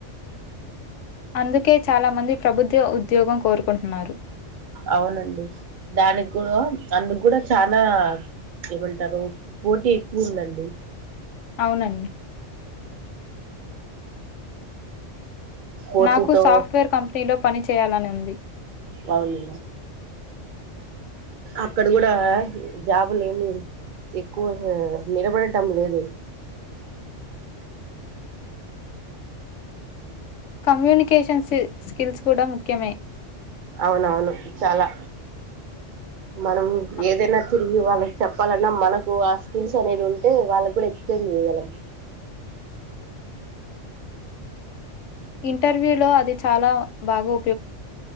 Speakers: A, on the left (about 80°); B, on the right (about 50°).
A: అందుకే చాలా మంది ప్రభుద్యో ఉద్యోగం కోరుకుంటున్నారు
B: అవునండి దానికి కూడా అందుకు కూడా చానా ఏమంటారు పోటీ ఎక్కువ ఉందండి
A: అవునండి
B: పోటీతో
A: నాకు సాఫ్ట్‌వేర్ కంపెనీలో పని చేయాలని ఉంది
B: అవునులే అక్కడ కూడా జాబులేమీ ఎక్కువ గా నిలబడటం లేదు
A: కమ్యూనికేషన్ సిల్ స్కిల్స్ కూడా ముఖ్యమే
B: అవునవును చాలా మనం
A: అ
B: ఏదైనా తిరిగి ఈ వాళ్లకి చెప్పాలన్నా మనకు ఆ స్కిల్స్ అనేవి ఉంటే వాళ్లకి కూడా ఎక్స్‌ప్లెయిన్ చేయగలం
A: ఇంటర్వ్యూలో అది చాలా బాగో